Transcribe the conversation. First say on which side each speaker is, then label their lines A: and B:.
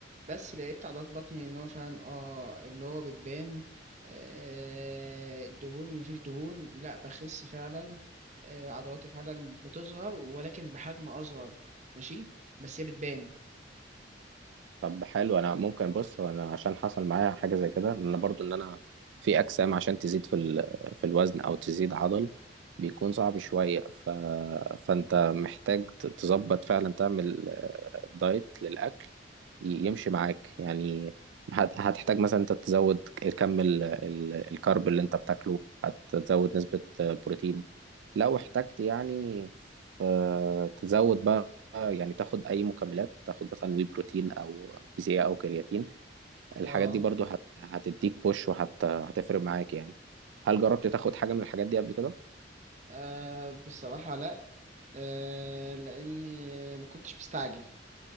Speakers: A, on the right; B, on the right.
A: بس لقيت عضلات بطني ان هو فعلا اه اللي هو بتبان آه، الدهون مفيش دهون لا بخس فعلا آه، عضلاتي فعلا بتظهر ولكن بحجم اصغر ماشي بس هي بتبان
B: طب حلو انا ممكن بص هو انا عشان حصل معايا حاجه زي كده ان انا برضو ان انا في اجسام عشان تزيد في ال- في الوزن او تزيد عضل بيكون صعب شويه ف... فانت محتاج ت- تظبط فعلا تعمل آه، دايت للاكل ي- يمشي معاك يعني هت... هتحتاج مثلا انت تزود كم ال... ال... الكارب اللي انت بتاكله هتزود نسبه آه، بروتين لو احتجت يعني ف... تزود بقى آه، يعني تاخد اي مكملات تاخد مثلا وي بروتين او بي سي او كرياتين الحاجات
A: اه
B: دي برضو هت... هتديك بوش وهتفرق معاك يعني هل جربت تاخد حاجة من الحاجات دي قبل كده
A: آه، بصراحة لا آه، لاني ما كنتش مستعجل